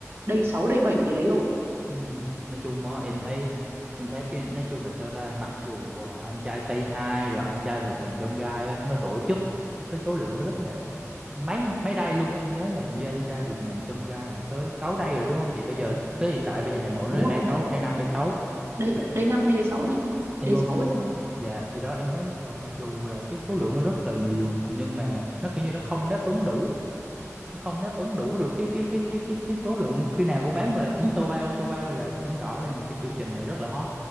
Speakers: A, on the right (about 50°); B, on the right (about 20°).
A: day 6 day 7 gì đấy rồi
B: ừ nói chung á em thấy em thấy cái nói chung là sao ta mặc dù ờ, anh trai Say Hi rồi anh trai vượt ngàn chông gai á nó tổ chức cái số lượng nó rất là mấy mấy đây luôn á em nhớ là hình như anh trai vượt ngàn chông gai là tới 6 đây rồi đúng không chị bây giờ tới hiện tại bây giờ Hà Nội
A: đúng
B: nó là
A: rồi
B: đây 6 đây 5 đây 6
A: đây
B: mà
A: đây 5 hay đây sáu nhỉ
B: em
A: đây
B: không
A: 6 hay sao ấy.
B: dạ gì đó em thấy rồi mặc dù là cái số lượng nó rất là nhiều nhưng mà nó kiểu như nó không đáp ứng đủ Nó không đáp ứng đủ được cái cái cái cái cái cái số lượng khi nào cô bán gọi là cũng
A: ừ.
B: sold out sold out là chứng tỏ là cái chương trình này rất là hot